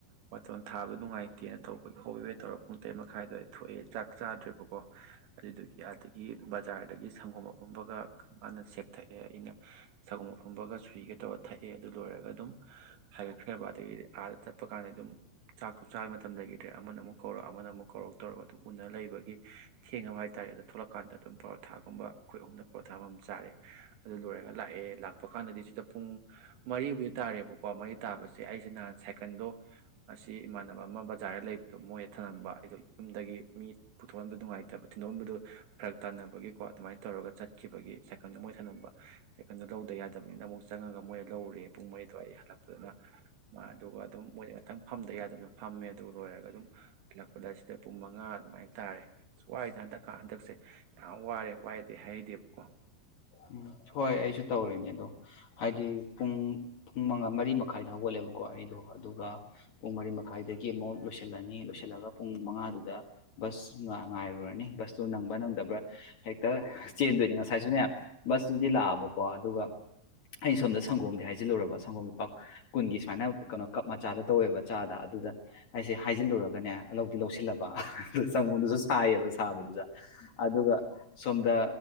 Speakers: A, on the right; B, on the left.
A: ꯕꯥꯇꯣꯟ ꯊꯥꯕꯗꯣ ꯅꯨꯡꯉꯥꯏꯇꯦꯅ ꯇꯧꯕꯒꯤ ꯍꯣꯤ ꯋꯦꯠ ꯇꯧꯔꯒ ꯄꯨꯡ ꯇꯔꯦꯠ ꯃꯈꯥꯏꯗꯣ ꯑꯩ ꯊꯣꯛꯑꯦ ꯆꯥꯛ ꯆꯥꯗ꯭ꯔꯦꯕꯀꯣ ꯑꯗꯨꯗꯨꯒꯤ ꯑꯥꯗꯒꯤ ꯕꯖꯥꯔꯗꯒꯤ ꯁꯪꯒꯣꯝ ꯑꯐꯝꯕꯒ ꯀ ꯃꯥꯅ ꯆꯦꯛ ꯊꯛꯑꯦ ꯑꯩꯅ ꯁꯪꯒꯣꯝ ꯑꯐꯝꯕꯒ ꯁꯨꯏꯒ ꯇꯧꯔ ꯊꯛꯑꯦ ꯑꯗꯨ ꯂꯣꯏꯔꯒ ꯑꯗꯨꯝ ꯍꯥꯏꯒꯠꯈ꯭ꯔꯦꯕ ꯑꯗꯒꯤꯗꯤ ꯑꯥꯗ ꯇꯠꯄ ꯀꯥꯟꯗ ꯑꯗꯨꯝ ꯆꯥꯛꯇꯣ ꯆꯥꯕ ꯃꯇꯝ ꯂꯩꯈꯤꯗ꯭ꯔꯦ ꯑꯃꯅ ꯑꯃꯨꯛ ꯀꯧꯔꯛ ꯑꯃꯅ ꯑꯃꯨꯛ ꯀꯧꯔꯛ ꯇꯧꯔꯒ ꯑꯗꯨꯝ ꯎꯟꯅ ꯂꯩꯕꯒꯤ ꯊꯦꯡꯉꯕ ꯍꯥꯏ ꯍꯥꯏꯇꯥꯔꯦ ꯑꯗꯣ ꯊꯣꯛꯂꯛꯀꯥꯟꯗ ꯑꯗꯨꯝ ꯄꯣꯔꯣꯊꯥꯒꯨꯝ ꯑꯩꯈꯣꯏ ꯑꯍꯨꯝ ꯄꯣꯔꯣꯊꯥ ꯑꯃꯝ ꯆꯥꯔꯦ ꯑꯗꯨ ꯂꯣꯏꯔꯒ ꯂꯥꯛꯑꯦ ꯂꯥꯛꯄ ꯀꯥꯟꯗꯗꯤ ꯁꯤꯗ ꯄꯨꯡ ꯃꯔꯤꯕꯨꯗꯤ ꯇꯥꯔꯦꯕꯀꯣ ꯃꯔꯤ ꯇꯥꯕꯁꯦ ꯑꯩꯁꯤꯅ ꯁꯥꯏꯀꯜꯗꯣ ꯑꯁꯤ ꯏꯃꯥꯟꯅꯕ ꯑꯃ ꯕꯖꯥꯔꯗ ꯂꯩꯕ ꯑꯣ ꯃꯣꯏꯗ ꯊꯝꯂꯝꯝꯕ ꯍꯥꯏꯗꯣ ꯌꯨꯝꯗꯒꯤ ꯃꯤ ꯄꯨꯊꯣꯛꯂꯝꯟꯕ ꯅꯨꯡꯉꯥꯏꯇꯕꯗꯣ ꯊꯤꯟꯗꯣꯟꯕꯗꯨ ꯐꯔꯛ ꯇꯥꯟꯅꯕꯒꯤꯀꯣ ꯑꯗꯨꯃꯥꯏꯅ ꯇꯧꯔꯒ ꯆꯠꯈꯤꯕꯒꯤ ꯁꯥꯏꯀꯜꯁ ꯃꯣꯏ ꯊꯅꯕ ꯀꯟꯗꯣ ꯂꯧꯗ ꯌꯥꯗꯕꯅꯤꯅ ꯑꯃꯨꯛ ꯆꯪꯉꯒ ꯃꯣꯏꯗ ꯂꯧꯔꯦ ꯄꯨꯡ ꯃꯔꯤ ꯑꯗꯨꯋꯥꯏꯗ ꯍꯜꯂꯛꯄꯗꯨꯅ ꯃꯥ ꯑꯗꯨꯒ ꯑꯗꯨꯝ ꯃꯣꯏꯗ ꯉꯇꯪ ꯐꯝꯗ ꯌꯥꯗꯅ ꯐꯝꯃꯦ ꯑꯗꯨ ꯂꯣꯏꯔꯒ ꯑꯗꯨꯝ ꯍꯜꯂꯛꯄꯗ ꯁꯤꯗ ꯄꯨꯡ ꯃꯉꯥ ꯑꯗꯨꯃꯥꯏꯅ ꯇꯥꯔꯦ ꯋꯥꯏꯗ ꯍꯟꯗꯛꯀ ꯍꯟꯗꯛꯁꯦ ꯌꯥꯝ ꯋꯥꯔꯦ ꯋꯥꯏꯗꯤ ꯍꯩꯗꯦꯕꯀꯣ
B: ꯎꯝ ꯍꯣꯏ ꯑꯩꯁꯨ ꯇꯧꯔꯤꯅꯦ ꯑꯗꯣ ꯍꯥꯏꯗꯤ ꯄꯨꯡ ꯄꯨꯡ ꯃꯉꯥ ꯃꯔꯤ ꯃꯈꯥꯏꯗ ꯍꯧꯒꯠꯂꯦꯕꯀꯣ ꯑꯩꯗꯣ ꯑꯗꯨꯒ ꯄꯨꯡ ꯃꯔꯤ ꯃꯈꯥꯏꯗꯒꯤ ꯑꯃꯨꯛ ꯂꯣꯏꯁꯤꯜꯂꯅꯤ ꯂꯣꯏꯁꯤꯜꯂꯒ ꯄꯨꯡ ꯃꯉꯥꯗꯨꯗ ꯕꯁ ꯉꯥꯏꯔꯨꯔꯅꯤ ꯕꯁꯇꯨ ꯅꯪꯕ ꯅꯪꯗꯕ꯭ꯔꯥ ꯍꯦꯛꯇ ꯆꯦꯟꯗꯣꯏꯅꯤ ꯉꯁꯥꯏꯁꯨꯅꯦ ꯕꯁꯇꯨꯗꯤ ꯂꯥꯛꯑꯕꯀꯣ ꯑꯗꯨꯒ ꯑꯩ ꯁꯣꯝꯗ ꯁꯪꯒꯣꯝꯗꯤ ꯍꯥꯏꯖꯤꯜꯂꯨꯔꯕ ꯁꯪꯒꯣꯝ ꯂꯨꯄꯥ ꯀꯨꯟꯒꯤ ꯁꯨꯃꯥꯏꯅ ꯀꯩꯅꯣ ꯀꯞ ꯃꯆꯥꯗ ꯇꯧꯋꯦꯕ ꯆꯥꯗ ꯑꯗꯨꯗ ꯑꯩꯁꯦ ꯍꯥꯏꯖꯤꯜꯂꯨꯔꯒꯅꯦ ꯂꯧꯗꯤ ꯂꯧꯁꯤꯜꯂꯕ ꯄ ꯆꯪꯒꯣꯝꯗꯨꯁꯨ ꯁꯥꯏꯌꯦꯕ ꯁꯥꯕꯗꯨꯗ ꯑꯗꯨꯒ ꯁꯣꯝꯗ